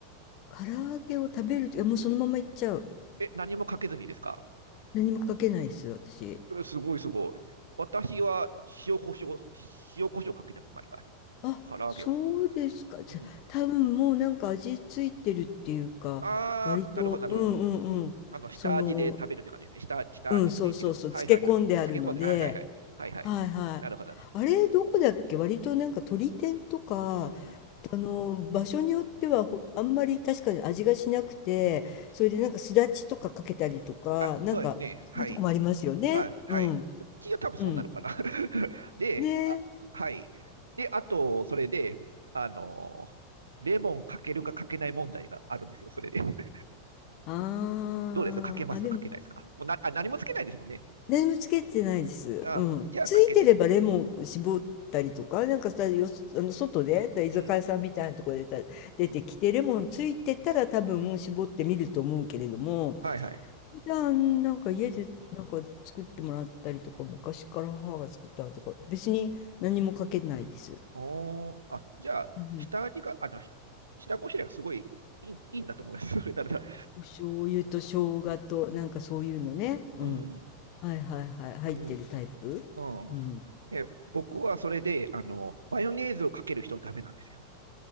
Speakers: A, on the left (about 40°); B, on the right (about 75°).
A: 唐揚げを食べると、いやもうそのままいっちゃう。
B: え、何もかけずにですか
A: 何もかけないですよ、私。
B: うすごいすごい。私は塩コショウ、塩コショウかけてます、毎回。
A: あ、
B: 唐揚げは。
A: そうですか。じゃ、
B: うん。
A: 多分もうなんか味ついてるっていうか、
B: あー、
A: 割と、
B: なるほど、なるほど。
A: うんうんうん。
B: あの、下味で食べるって感じですね。
A: その、
B: 下下味についているやつ。
A: うん、そうそうそう、漬け込んであるので、
B: はいはいはい。漬け込んで、はいはいはい。はいはい。
A: はいはい。
B: なるほど、なるほ
A: あれ、どこだっけ割となんか鳥天とか、
B: ど。うん。
A: あの、場所によってはほあんまり確かに味がしなくて、
B: うん。
A: それでなんかすだちとかかけたりとか、
B: あ、
A: なんかそういうとこもありますよね。
B: そうですね。はい。あ、はい。
A: うん。
B: うちは多分そんなのかな。
A: うん。
B: <laughs> で、
A: ねえ。
B: あ、はい。で、あと、それで、あのーレモンかけるかかけない問題があるんですよ、それで。<laughs>
A: あー。
B: どうですかけますかけないですかもうなあ何もつけないですもんね。
A: あ、でも、何もつけてないです。
B: あじゃあかけないです。
A: うん。ついてればレモンを絞ったりとか、なんかさ、よ、あの、外で、居酒屋さんみたいなところでた出てきて、
B: うん。うん、
A: レモンついてたら多分絞ってみると思うけれども、
B: はいはい。
A: 普段なんか家でなんか作ってもらったりとか、
B: うん。
A: 昔から母が作ったのとか、別に何もかけないです。
B: おー、あ、じゃあ、
A: うんうん。
B: 下味が、あの、ひ下ごしらえがすごいいい、いいんだと思います。<laughs> それなら、
A: お醤油と生姜となんかそういうのね。
B: うん、
A: うん。はいはいはい。入ってるタイプ。
B: うん、うん。
A: うん。
B: ね、僕はそれで、あの、マヨネーズをかける人はダメなんですよ。